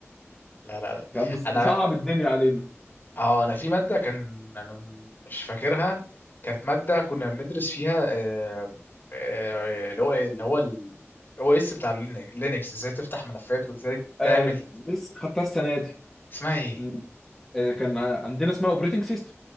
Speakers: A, on the left (about 45°); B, in the centre.
A: <laughs> لا لا لا
B: كان مس-
A: انا
B: مصعب الدنيا علينا
A: اه انا في ماده كان انا مش فاكرها كانت ماده كنا بندرس فيها آه، آه، اللي هو اللي هو الاو اس بتاع لينكس ازاي تفتح ملفات وازاي
B: آه
A: تعمل
B: لسه خدتها السنه دي
A: اسمها ايه
B: مم. آه كان ع- عندنا اسمها اوبريتنج سيستم